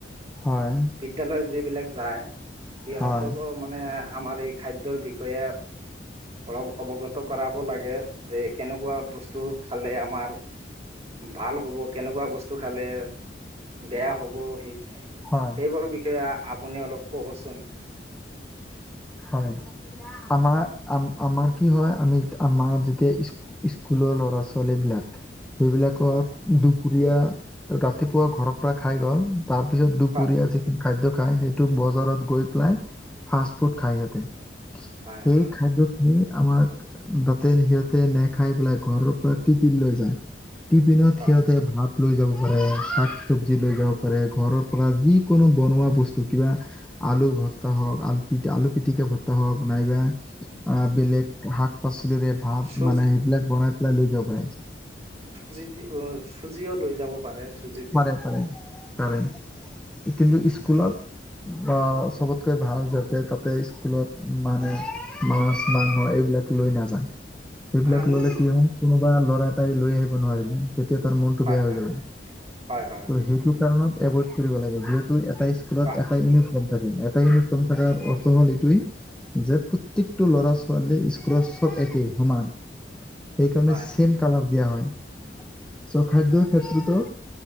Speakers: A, in the centre; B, on the right.
A: হয়
B: বিদ্যালয়ত যিবিলাক যায় সিহঁতকো
A: হয়
B: মানে আমাৰ এই খাদ্যয়ৰ বিষয়ে অলপ অৱগত কৰাব লাগে যে কেনেকুৱা বস্তু খালে আমাৰ ভাল হ'ব কেনেকোৱা বস্তু খালে বেয়া হ'ব সেইটোৱে
A: হয়
B: সেইবোৰৰ বিষয়ে আপুনি অলপ ক'বচোন।
A: হয়। আমাৰ আমাৰ কি হয় আমি আমাৰ যেতিয়া স্কুল স্কুলৰ ল'ৰা ছোৱালী বিলাক সেইবিলাকক
B: হয়
A: দুপুৰীয়া ৰাতিপুৱা ঘৰৰ পৰা খাই গ'ল। তাৰ পিছত
B: হয়
A: দুপৰীয়া যিখন খাদ্য খায়, সেইটো বজাৰত গৈ পেলাই ফাষ্ট ফুড খাই সিঁহতে,
B: হয়
A: সেই
B: হয়
A: খাদ্যত
B: হয়
A: আমি আমাক তাতে সিহঁতে নেখাই পেলাই ঘৰৰ পৰা টিফিন লৈ যায়। টিফিনত
B: হয়
A: সিহঁতে ভাত লৈ যাব পাৰে, শাক চব্জি লৈ যাব পাৰে, ঘৰৰ পৰা যিকোনো বনোৱা বস্তু কিবা আলু ঘৰ হওক, আলু পিটি আলু পিটিকা ভতা হওক, নাইবা অ বেলেগ শাক পাচলিৰে ভাত
B: চুজি
A: মানে সেইবিলাক বনাই পেলাই লৈ যাব পাৰে।
B: যিতি উম চুজিও লৈ যাব পাৰে চুজিত।
A: পাৰে পাৰে পাৰে, কিন্তু স্কুলত অঁ চবতকৈ ভাল যাতে তাতে স্কুলত মানে মাছ মাংস এইবিলাক লৈ নাযায়। সেইবিলাক
B: আমি
A: ললে কি হয়, কোনোবা ল'ৰা এটাই লৈ আহিব নোৱাৰিলে তেতিয়া তাৰ মনতটো
B: হয়
A: বেয়া হৈ
B: হয়
A: যাব।
B: হয় হয়
A: ত'
B: হয়
A: সেইটো কাৰণত এভইড কৰিব লাগে, যিহেতু এটাই স্কুলত
B: হয়
A: এটা ইউ নিফ্ৰম থাকে, এটা ইউনিফ্ৰম থকা অৰ্থ হ'ল এইটোৱে যে প্ৰত্যয়েকটো ল'ৰা ছোৱালী স্কুলৰ চব একেই সমান। সেইকাৰণে
B: হয়
A: চেম কালাৰ দিয়া হয়, চ খাদ্যৰ ক্ষেত্ৰতো